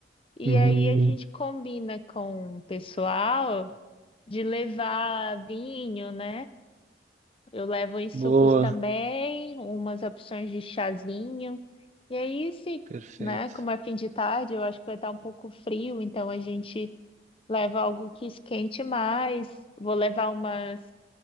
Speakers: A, on the left; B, on the right.
A: E
B: Hum,
A: aí a gente combina com o pessoal de levar vinho, né? Eu levo em sucos
B: boa,
A: também, umas opções de chazinho. E aí, se,
B: perfeito.
A: né, como é fim de tarde, eu acho que vai estar um pouco frio, então a gente leva algo que esquente mais. Vou levar umas